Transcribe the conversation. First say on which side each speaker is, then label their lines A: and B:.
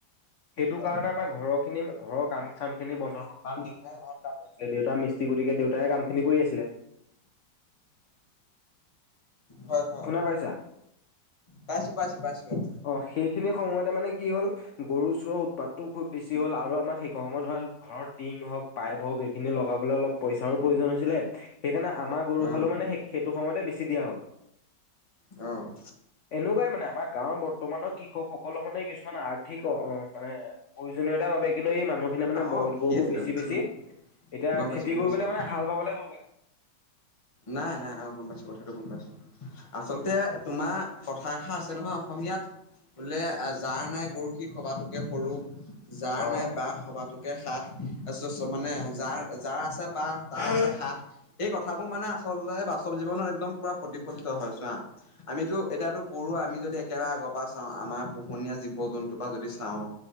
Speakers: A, on the left; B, on the left.
A: সেইটো
B: হয়
A: কাৰণে আমাৰ ঘৰত খি ঘৰ কাম চাম খিনি বন্ধ হৈ গ'ল কাৰণ দেউতাই ঘৰত কাম দেউতাৰ মিস্ত্ৰী গতিকে দেউতাই কাম খিনি কৰি আছিলে।
B: হয় হয়
A: শুনা পাইছা
B: পাইছো পাইছো পাইছো আৰু
A: অ' সেইখিনি সময়তে মানে কি হ'ল গৰু চোৰৰ উৎপাতটোও খুব বেছি হ'ল আৰু আমাৰ সেই সময়ত ধৰক ঘৰৰ টিং হওঁক পাইপ হওঁহক এইখিনি লগাবলৈ অলপ পইচাৰো প্ৰয়োজন হৈছিলে সেইকাৰণে আমাৰ গৰু
B: অ।
A: হালো মানে স সেইটো সময়তে বেছি দিয়া হ'ল।
B: অ'।
A: এনেকুৱাই মানে আমাৰ গাঁৱৰ বৰ্তমানৰ কৃষকসকলৰ মানে কিছুমান আৰ্থিক মানে প্ৰয়োজনীয়তাৰ বাবে কিন্তু এই মানুহখিনিয়ে মানে
B: অ
A: বলধ
B: সেইটোতো
A: গৰু বোৰ বেচি বেচি
B: উম
A: এতিয়া
B: গম পাইছো
A: খেতি
B: গম
A: কৰিবলৈ
B: পাইছো অ
A: মানে হাল বাবলৈ গৈ
B: নাই নাই অ' গম পাইছো কথাটো গম পাইছো। আচলতে তোমাৰ কথা এষাৰ আছে নহয় অসমীয়াত বোলে যাৰ নাই গৰু সি সবাতোকে সৰু। যাৰ
A: অ',
B: নাই বাঁহ সবাতোকে সাঁহ মানে যাৰ যাৰ আছে বাঁহ তাৰ
A: হয়
B: আছে সাঁহ সেই কথাবোৰ মোৰ মানে আচলতে বাস্তৱ জীৱনত একদম পুৰা প্ৰতিফলিত হয় চোৱা। আমিতো এতিয়াতো গৰু আমি যদি একেবাৰে আগৰ পৰা চাওঁ, আমাৰ পোহনীয়া জীৱ-জন্তুৰ পৰা যদি চাওঁ